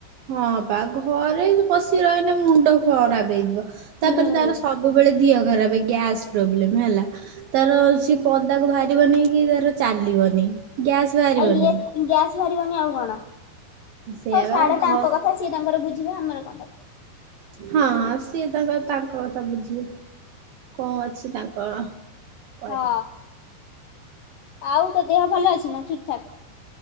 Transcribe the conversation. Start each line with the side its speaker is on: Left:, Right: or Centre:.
Right: ହଁ ପା ଘରେ ପସିିକି ରହିଲେ ମୁଣ୍ଡ ଖରାପ ହେଇଯିବ। ତାପରେ
Left: ହୁଁ।
Right: ତାର ସବୁବେଳେ ଦିହ ଖରାପ ଗ୍ୟାସ୍ ପ୍ରୋବ୍ଲେମ ହେଲା। ତାର ସେ ପଦାକୁ ବାହାରିବନି କି ତାର ଚାଲିବନି। ଗ୍ୟାସ୍ ବାହାରିବନି
Left: ଆଉ ଇଏ
Right: ନା।
Left: ଗ୍ୟାସ୍ ବାହାରିବନି ଆଉ କଣ।
Right: ସେଇଆ
Left: ହଉ
Right: ବା
Left: ଛାଡେ
Right: ଘ
Left: ତାଙ୍କ କଥା ସିଏ ତାଙ୍କର ବୁଝିବେ ଆମର କଣ ଦକାରେ।
Right: ହଁ ସିଏ ତାଙ୍କର ତାଙ୍କ କଥା ବୁଝିବେ। କଣ ଅଛି ତାଙ୍କର। କହିବା
Left: ହଁ। ଆଉ ତୋ ଦେହ ଭଲ ଅଛିନା ଠିକ୍ ଠାକ୍?